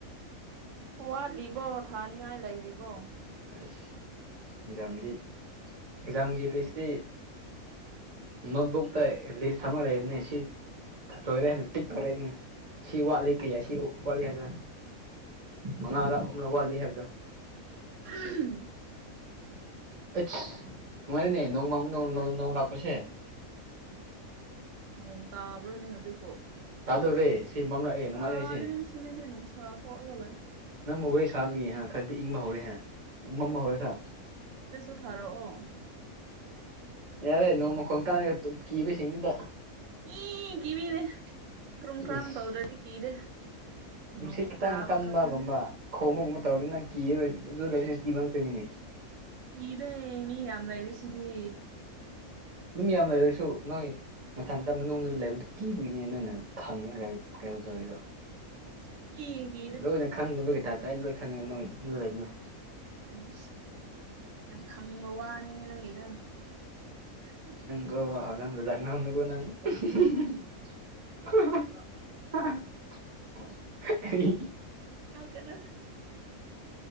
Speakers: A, on the right; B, on the right.
A: ꯋꯥꯠꯂꯤꯕꯣ ꯊꯥꯅꯤꯡꯉꯥꯏ ꯂꯩꯔꯤꯕꯣ
B: ꯑꯁ ꯑꯦꯛꯖꯥꯝꯗꯤ ꯑꯦꯛꯖꯥꯝꯒꯤ ꯂꯤꯁꯇꯤ ꯅꯣꯠꯕꯨꯛꯇ ꯂꯤꯁ ꯊꯝꯃꯒ ꯂꯩꯕꯅꯦ ꯁꯤ ꯂꯣꯏꯔꯦ ꯇꯤꯛ ꯇꯧꯔꯛꯏ ꯁꯤ ꯋꯥꯠꯂꯤ ꯀꯩ ꯁꯤ ꯋꯥꯠꯂꯤ ꯍꯥꯏꯗ ꯃꯉꯥꯔꯛ ꯑꯍꯨꯝꯂꯛ ꯋꯥꯠꯂꯤ ꯍꯥꯏꯕꯗꯨ
A: <unintelligible>
B: ꯑꯩꯁ ꯅꯨꯡꯉꯥꯏꯔꯅꯦ ꯅꯣꯡꯃ ꯅꯣꯡ ꯂꯥꯛꯄꯁꯦ
A: ꯅꯣꯡ ꯇꯥꯕ꯭ꯔꯣꯅꯦ ꯍꯧꯖꯤꯛꯄꯣ
B: ꯇꯥꯗꯧꯔꯦ ꯁꯤ <unintelligible>
A: ꯇꯥꯗꯅ
B: ꯁꯤ
A: ꯁꯤꯗꯗꯤ ꯅꯨꯡꯁꯥ ꯊꯣꯛꯑ ꯂꯩ
B: ꯅꯪꯕꯨ ꯋꯥꯔꯤ ꯁꯥꯕꯒꯤ ꯈꯔꯗꯤ ꯏꯪꯕ ꯍꯧꯔꯦꯍꯦ ꯑꯃꯨꯛ ꯃꯝꯕ ꯍꯧꯔꯒ
A: ꯁꯤꯗꯁꯨ ꯊꯥꯔꯛꯑꯣ
B: ꯌꯥꯔꯦ ꯅꯣꯡꯃ ꯈꯣꯡ ꯀꯥꯒ ꯀꯤꯕ ꯍꯦꯟꯖꯤꯟꯗ
A: ꯏ ꯀꯤꯕꯤꯗꯦ ꯀ꯭ꯔꯨꯝ
B: ꯏꯁ
A: ꯀ꯭ꯔꯥꯡ ꯇꯧꯗ꯭ꯔꯗꯤ ꯀꯤꯗꯦ
B: ꯅꯨꯡꯁꯤꯠ
A: ꯅꯣꯡ
B: ꯈꯤꯇꯪ
A: ꯇꯥꯕ
B: ꯀꯟꯕꯒꯨꯝꯕ
A: ꯈꯛꯇꯅꯤ
B: ꯈꯣꯡꯕꯒꯨꯝꯕ ꯇꯧꯔꯗꯤ ꯅꯪ ꯀꯤꯔ ꯑꯗꯨ ꯂꯩꯕꯁꯤꯅ ꯀꯤꯕ ꯉꯥꯛꯇꯅꯤꯅꯦ
A: ꯀꯤꯗꯦ ꯃꯤ ꯌꯥꯝꯅ ꯂꯩꯔꯤꯁꯤꯗꯤ
B: ꯃꯤ ꯌꯥꯝ ꯂꯩꯔꯁꯨ ꯅꯣꯏ ꯅꯊꯟꯇ ꯃꯅꯨꯡꯗ ꯂꯩꯕꯗꯨ ꯀꯤꯕꯒꯤꯅꯤꯅꯦ ꯅꯣꯏꯅ ꯈꯪꯉꯒ ꯀꯩꯅꯣ ꯇꯧꯔꯤꯗꯣ
A: ꯁꯨꯛꯀꯤ ꯍꯦꯛ
B: ꯂꯣꯏꯅ ꯈꯪꯗꯕꯒꯤ ꯇꯥꯏꯞꯇ ꯑꯩꯅ ꯂꯣꯏ ꯈꯪꯉꯦ ꯅꯣꯏꯗꯣ
A: ꯎꯝ ꯌꯥꯝ ꯈꯪꯕ ꯋꯥꯅꯤ ꯅꯪꯒꯤꯗꯨ <inaudible>
B: <unintelligible> <unintelligible>
A: ꯀꯩꯅꯣ